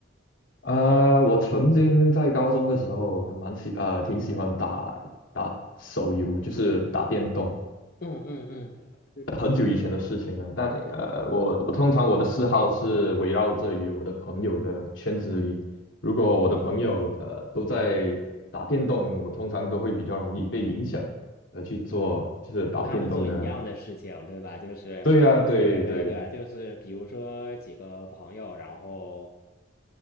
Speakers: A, on the left; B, on the left.
A: 呃，我曾经在高中的时候很蛮喜呃挺喜欢打打手游，就是打电动。
B: 嗯嗯嗯，对
A: 很久以前的事情了，但呃，
B: 哦，
A: 我我通常我的嗜好是围绕着于我的朋友的圈子里。如果我的朋友呃都在打电动，我通常都会比较容易被影响，呃，去做就是打电动的。
B: 和他们做一样的事情，对吧？就是，
A: 对呀、对对
B: 对对对，就是比如说几个朋友，然后